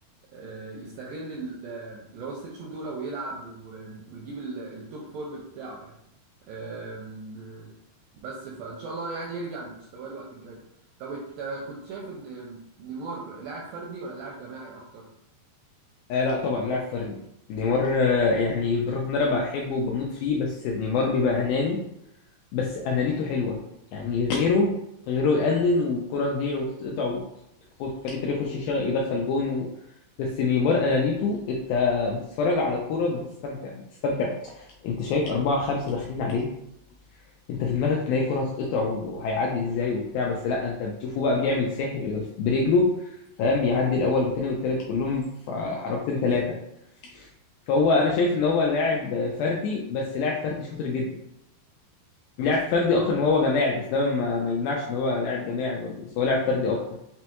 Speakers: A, on the right; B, on the left.
A: آه، يستغل ال- آه، اللي هو الست شهور دول ويلعب و- ويجيب ال- التوب فورم بتاعه يعني آم، آه، بس فان شاء الله يعني يرجع لمستواه الوقت الجاي طب انت كنت شايف ان نيمار لاعب فردي ولا لاعب جماعي اكتر
B: آه لا طبعا لاعب فردي نيمار آه، يعني بالرغم ان انا بحبه وبموت فيه بس نيمار بيبقى اناني بس انانيته حلوه يعني غيره غيره يأنن والكرة تضيع وتتقطع وتخش فريق تاني يخش يشغل يدخل جون و... بس نيمار انانيته انت بتتفرج على كرة بتستمتع بتستمتع انت شايف أربعة خمسة داخلين عليه انت في دماغك ان هي الكرة هتتقطع وهيعدي ازاي وبتاع بس لا انت بتشوفه بقى بيعمل ساحر برجله فاهم يعدي الاول والتاني والتالت كلهم في حركتين تلاتة فهو انا شايف
A: اه
B: ان هو لاعب فردي بس لاعب فردي شاطر جدا لعب فردي
A: آه،
B: اكتر ما هو جماعي بس ده ما, ما يمنعش ان هو لاعب جماعي برضه بس هو لاعب فردي اكتر